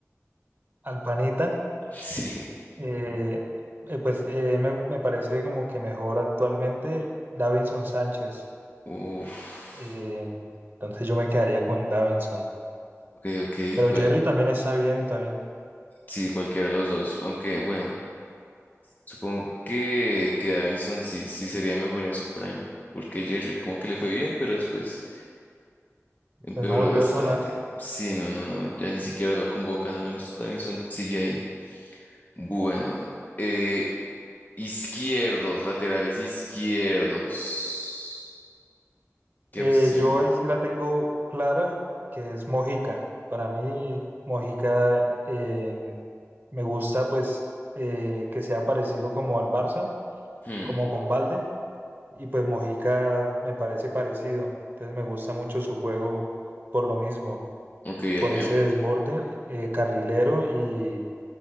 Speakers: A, on the right; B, on the left.
A: Alpanita
B: Sí.
A: Eh, eh, pues eh, me, me parece como que mejor actualmente Davinson Sánchez.
B: Uf.
A: Eh, entonces yo me quedaría con Davinson.
B: Ok, ok.
A: Pero
B: pues,
A: Jerry también está bien, está bien.
B: sí, cualquiera de los dos. Aunque, bueno. Supongo que, que Davinson sí, sí sería mejor en su prime, porque Jerry como que le fue bien, pero después empeoró
A: Pues no volvió
B: bastante.
A: a sonar.
B: Sí, no, no, no, ya ni siquiera lo convocan, menos Davinson sigue ahí. Bueno, eh, izquierdos, laterales izquierdos. ¿Qué
A: Eh,
B: opción?
A: yo ahí sí la tengo clara, que es Mojica. Para mí, Mojica eh, me gusta pues eh, que sea parecido como al Barça,
B: Hmm,
A: como con Balde. Y pues Mojica me parece parecido. Entonces me gusta mucho su juego por lo mismo.
B: ok,
A: por
B: a mí,
A: ese
B: a
A: desborde eh, carrilero y,